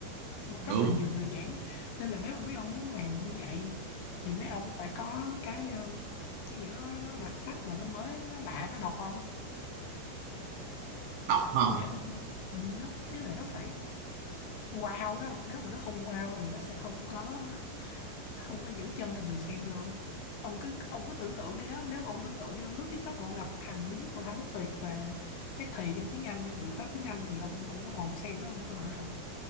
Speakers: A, on the left (about 70°); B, on the right (about 70°).
A: Cũng
B: đúng
A: rất là nhiều người giảng nên là nếu mà mấy ông muốn làm như vậy thì mấy ông phải có cái um, cái gì đó nó đặc sắc mà nó mới nó lạ nó độc ông
B: đọc không
A: để ừ, nó ý là nó phải wow đó không nếu mà nó không wow thì nó sẽ không có không có giữ chân được người xem đâu ông ông cứ ông cứ tưởng tượng đi đó nếu mà ông tưởng tượng đi ông lướt TikTok mà ông gặp một thằng đứng thao thao bất tuyệt về các thì trong tiếng Anh ngữ pháp tiếng Anh thì ông ông có ngồi ông xem đó không tôi hỏi thật